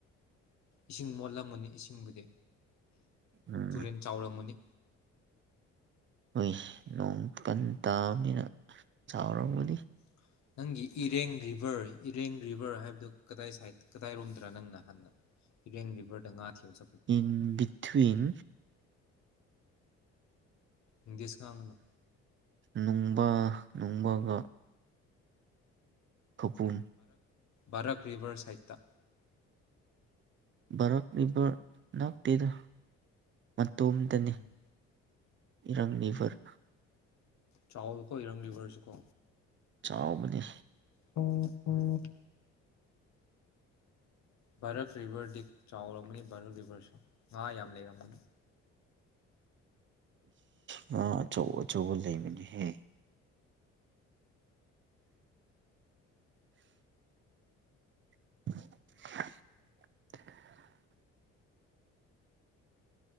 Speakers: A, on the left; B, on the right.
A: ꯏꯁꯤꯡ ꯃꯣꯠꯂꯝꯃꯅꯤ ꯏꯁꯤꯡꯕꯨꯗꯤ
B: ꯎꯝ
A: ꯇꯨꯔꯦꯟ ꯆꯥꯎꯔꯝꯃꯅꯤ
B: ꯍꯣꯏ ꯅꯣꯡ ꯀꯟ ꯇꯥꯕꯃꯤꯅ ꯆꯥꯎꯔꯝꯕꯨꯗꯤ
A: ꯎꯝ ꯅꯪꯒꯤ ꯏꯔꯦꯡ ꯔꯤꯚꯔ ꯏꯔꯦꯡ ꯔꯤꯕꯔ ꯍꯥꯏꯕꯗꯨ ꯀꯗꯥꯏ ꯁꯥꯏꯗ ꯀꯗꯥꯏꯔꯣꯝꯗ꯭ꯔꯥ ꯅꯪ ꯅ ꯍꯥꯟꯅ ꯏꯔꯦꯡ ꯔꯤꯕꯔꯗ ꯉꯥꯈꯤꯕꯁ
B: ꯏꯟ ꯕꯤꯊꯋꯤꯟ
A: ꯏꯪꯂꯤꯁ ꯉꯥꯡꯒꯅꯨ
B: ꯅꯨꯡꯕ ꯅꯣꯡꯃꯒ ꯊꯄꯨꯝ
A: ꯚꯔꯛ ꯔꯤꯚꯔ ꯁꯥꯏꯠꯇ
B: ꯕꯥꯔꯛ ꯚꯔ ꯅꯛꯇꯦꯗ ꯃꯇꯣꯝꯇꯅꯤ
A: ꯎꯝ
B: ꯏꯔꯪꯂꯤꯚꯔ
A: ꯆꯥꯎ ꯀꯣ ꯏꯔꯝꯂꯤꯕꯔꯁꯤꯀꯣ
B: ꯆꯥꯎꯕꯅꯤ
A: ꯎꯝ ꯎꯝ ꯚꯥꯔꯠ ꯚꯔꯗꯤ ꯆꯥꯎꯔꯝꯃꯅꯤ ꯚꯥꯔꯠ ꯚꯔꯁꯨ ꯉꯥ ꯌꯥꯝ ꯂꯩꯔꯝꯃꯅꯤ
B: ꯎꯃ ꯑꯆꯧ ꯑꯆꯧꯕ ꯂꯩꯕꯅꯤꯍꯦ <inaudible>